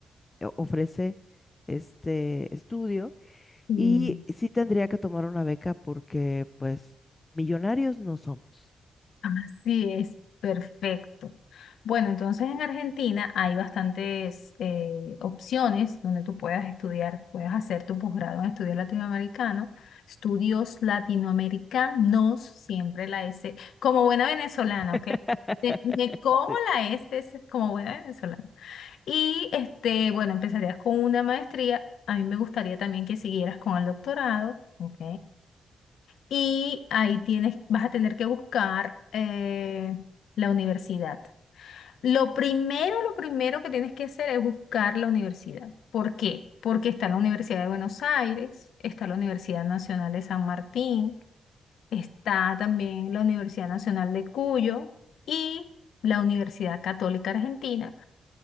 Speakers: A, on the left; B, on the left.
A: o- ofrece este estudio
B: y
A: y sí tendría que tomar una beca porque pues millonarios no somos.
B: así es, perfecto. Bueno, entonces en Argentina hay bastantes eh, opciones donde tú puedas estudiar, puedes hacer tu posgrado en estudios latinoamericanos, estudios latinoamericanos, siempre la S, como buena venezolana, ¿ok?
A: <laughs>
B: Me, me como
A: Sí,
B: la S, es como buena venezolana. Y este, bueno, empezarías con una maestría. A mí me gustaría también que siguieras con el doctorado, ¿ok? y ahí tienes, vas a tener que buscar eh, la universidad. Lo primero, lo primero que tienes que hacer es buscar la universidad. ¿Por qué? Porque está la Universidad de Buenos Aires, está la Universidad Nacional de San Martín, está también la Universidad Nacional de Cuyo y la Universidad Católica Argentina,